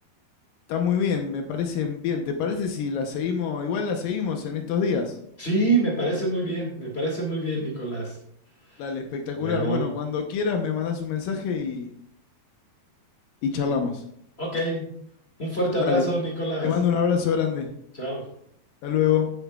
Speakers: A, on the left; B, on the left.
A: Está muy bien, me parece bien. ¿Te parece si la seguimos? Igual la seguimos en estos días.
B: Sí, me parece muy bien, me parece muy bien, Nicolás.
A: Dale, espectacular.
B: Bueno.
A: Bueno, cuando quieras me mandás un mensaje y, y charlamos.
B: Ok, un fuerte abrazo,
A: Dale,
B: Nicolás.
A: te mando un abrazo grande.
B: Chao.
A: Hasta luego.